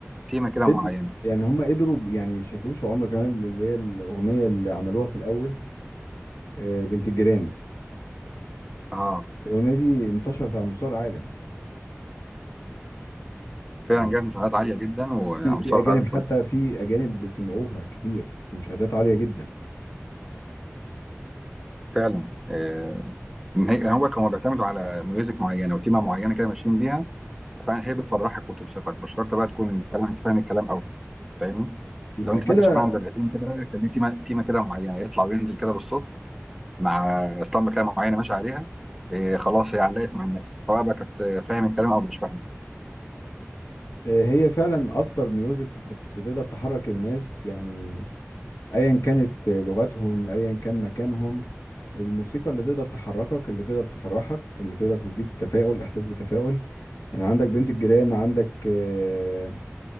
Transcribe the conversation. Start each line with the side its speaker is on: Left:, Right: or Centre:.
Centre: تيمة كده
Left: قدروا
Centre: معينة
Left: يعني هم قدروا ب- يعني شاكوش وعمرو كمال اللي هي الأغنية اللي عملوها في الأول آه، بنت الجيران
Centre: اه
Left: الأغنية دي انتشرت على مستوى العالم
Centre: فعلا
Left: يعني
Centre: جايب مشاهدات
Left: يعني
Centre: عالية جدا وعلى
Left: في
Centre: مستوى
Left: في اجانب
Centre: العالم
Left: حتى
Centre: كله
Left: في اجانب سمعوها كتير ومشاهدات عاليه جدا
Centre: فعلا آه، إن هي- هو كانوا بيعتمدوا على ميوزك معينه وتيمه معينه كده ماشيين بيها فهي بتفرحك وتبسطك مش شرط بقى تكون الكلام انت فاهم الكلام قوي فاهمني
Left: يبقى
Centre: لو انت
Left: كده
Centre: فاكر شعبان عبد الرحيم كده كان ليه تيمه تيمه كده معينه يطلع وينزل كده بالصوت مع اسطمبه كده معينه ماشي عليها إيه خلاص هي علقت مع الناس سواء بقى كانت فاهم الكلام او مش فاهمه
Left: آه، هي فعلا اكتر ميوزك بت- بتقدر تحرك الناس يعني ايا كانت لغتهم ايا كان مكانهم الموسيقى اللي تقدر تحركك اللي تقدر تفرحك اللي تقدر تديك تفاؤل احساس بتفاؤل يعني عندك بنت الجيران عندك آه،